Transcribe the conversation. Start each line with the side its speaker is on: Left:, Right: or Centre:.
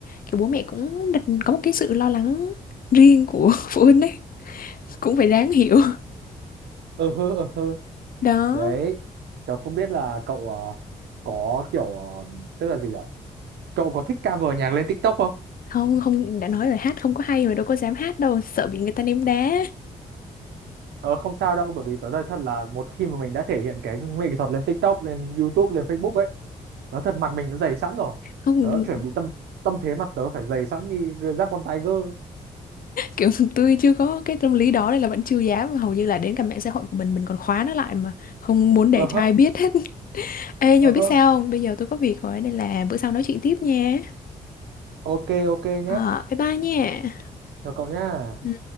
Left: Kiểu bố mẹ cũng đặt có một cái sự lo lắng riêng của <laughs> phụ huynh ấy cũng phải đáng hiểu.
Right: ừ hư ừ hư
Left: <laughs> Đó
Right: đấy tớ không biết là cậu ờ, có kiểu ờ, tức là gì nhỉ Cậu có thích cover nhạc lên TikTok không?
Left: không không đã nói rồi hát không có hay mà đâu có dám hát đâu sợ bị người ta ném đá
Right: ờ không sao đâu bởi vì tớ nói thật là một khi mà mình đã thể hiện cái nghệ thuật lên TikTok lên YouTube lên Facebook ấy nói thật mặt mình nó dày sẵn rồi
Left: không
Right: tớ đã chuẩn bị tâm tâm thế mặt tớ phải dày sẵn như giáp con tiger
Left: kiểu <laughs> tôi chưa có cái tâm lý đó nên là vẫn chưa dám hầu như là đến cả mạng xã hội của mình mình còn khóa nó lại mà không muốn để
Right: <laughs> ờ
Left: cho
Right: hơ
Left: ai biết hết <laughs> ê nhưng
Right: ờ
Left: mà biết
Right: hơ
Left: sao không bây giờ tôi có việc rồi nên là bữa sau nói chuyện tiếp nha
Right: Ok ok nhé.
Left: Ờ, bye bye nha
Right: chào cậu nhá
Left: Ừ.